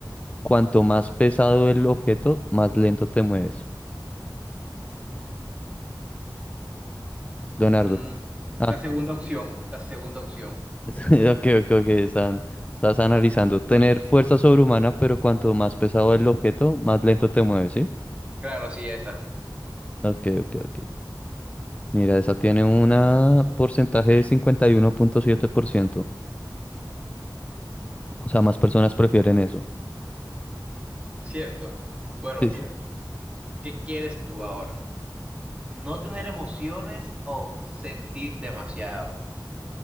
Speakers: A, on the left; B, on the right.
A: cuanto más pesado el objeto, más lento te mueves. Leonardo.
B: Mm,
A: Ah,
B: la segunda opción, la segunda opción.
A: <laughs> Ok, ok, ok, están, estás analizando. Tener fuerza sobrehumana, pero cuanto más pesado el objeto, más lento te mueves, ¿sí?
B: Claro, sí, esa.
A: Ok, ok, ok. Mira, esa tiene un porcentaje de cincuenta y uno punto siete por ciento O sea, más personas prefieren eso.
B: Cierto. Bueno,
A: Sí,
B: mira,
A: sí.
B: ¿qué quieres tú ahora? ¿No tener emociones o sentir demasiado?